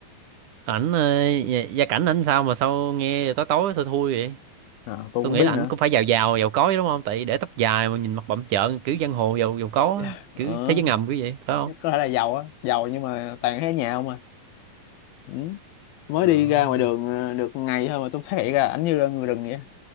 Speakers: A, on the right; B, on the left.
A: ảnh ờ, gia gia cảnh ảnh sao mà sao nghe tối tối thui thui vậy
B: à, tôi
A: tôi
B: cũng
A: nghĩ
B: biết
A: là ảnh
B: nữa
A: cũng phải giàu giàu giàu có chứ đúng không tại để tóc dài mà nhìn mặt bặm trợn kiểu giang hồ giàu giàu có
B: Dạ.
A: á,
B: ờ
A: kiểu thế giới ngầm kiểu vậy phải không
B: chắc có thể là giàu á giàu nhưng mà toàn thấy ở nhà không à ừ. mới
A: ờ
B: đi ra ngoài đường ờ, được ngày thôi mà tôi phát hiện ra ảnh như là người rừng vậy